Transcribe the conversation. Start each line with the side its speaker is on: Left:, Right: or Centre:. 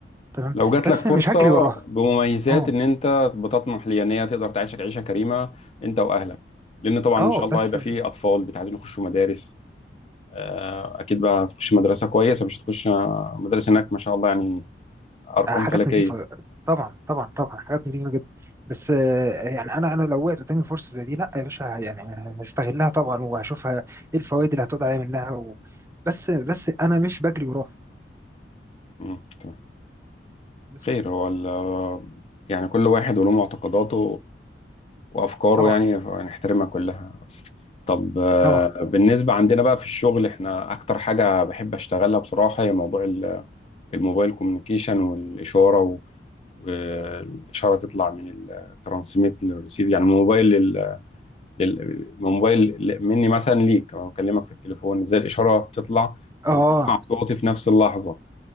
Right: تمام
Left: لو جات
Right: بس
Left: لك فرصة
Right: مش هجري وراها
Left: بمميزات
Right: اه
Left: إن أنت بتطمح ليها إن هي تقدر تعيشك عيشة كريمة أنت وأهلك، لأن طبعًا
Right: اه
Left: إن شاء الله
Right: بس
Left: هيبقى فيه أطفال بت- عايزين يخشوا مدارس، آه، أكيد بقى هتخش مدرسة كويسة مش هتخش آه، مدارس هناك ما شاء الله يعني أرقام
Right: حاجات
Left: فلكية.
Right: نظيفه طبعا طبعا طبعا حاجات نظيفه جدا بس آه، يعني انا انا لو وقعت قدامي فرصه زي دي لا يا باشا يعني هستغلها طبعا وهشوفها ايه الفوائد اللي هتقعد عليا منها و... بس بس انا مش بجري وراها
Left: مم، تمام.
Right: بس
Left: خير هو ال- يعني كل واحد وله معتقداته وأفكاره
Right: طبعا
Left: يعني نحترمها كلها. طب آه،
Right: طبعا
Left: بالنسبة عندنا بقى في الشغل إحنا أكتر حاجة بحب أشتغلها بصراحة هي موضوع الموبايل كوميونيكيشن والاشاره و... والاشاره تطلع من الترانسميت للريسيف يعني من موبايل لل... لل... من موبايل ل- مني مثلا ليك انا بكلمك في التليفون ازاي الاشاره بتطلع
Right: اه
Left: وتسمع صوتي في نفس اللحظه